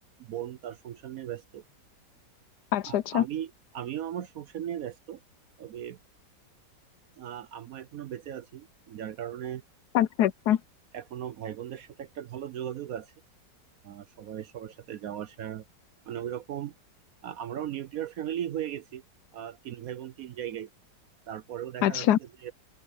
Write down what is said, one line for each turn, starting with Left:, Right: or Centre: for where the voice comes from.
Right: বোন তার সংসার নিয়ে ব্যস্ত
Left: আচ্ছা
Right: আর
Left: আচ্ছা
Right: আমি আমিও আমার সংসার নিয়ে ব্যস্ত তবে আহ, আম্মা এখনো বেঁচে আছেন যার কারণে
Left: আচ্ছা আচ্ছা
Right: এখনো ভাই বোনদের সাথে একটা ভালো যোগাযোগ আছে আহ, সবাই সবার সাথে যাওয়া আসা মানে ওইরকম আহ, আমরাও নিউক্লিয়ার ফ্যামিলি হয়ে গেছি আহ, তিন ভাই বোন তিন জায়গায় তারপরেও দেখা
Left: আচ্ছা
Right: যাচ্ছে যে